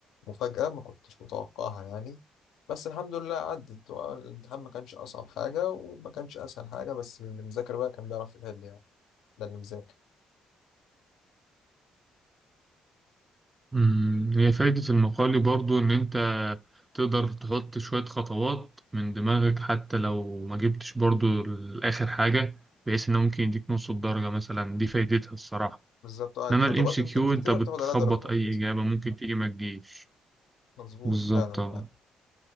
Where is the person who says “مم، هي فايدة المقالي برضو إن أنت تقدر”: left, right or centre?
Right